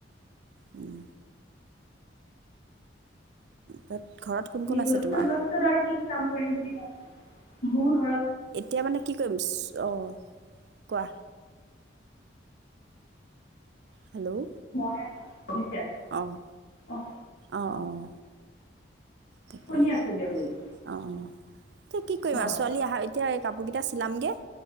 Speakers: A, on the right; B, on the left.
A: উম তাত ঘৰত কোন
B: সেইবল
A: কোন আছে
B: হোৱাৰ
A: তোমাৰ
B: পিছত আৰু কি কি কাম কৰিম বুলি ভাব মই
A: এতিয়া মানে কি কৰিম অ কোৱা হেল্ল'
B: মই শুনিছে
A: আহঁ
B: অঁ
A: অঁ তাকেই
B: শুনি আছোঁ দিয়ক বোলো
A: অ এয়া কি কৰিম
B: হয়
A: আৰু
B: হয়
A: ছোৱালী আহা এতিয়া এই কাপোৰ কেইটা এতিয়া চিলাম গৈ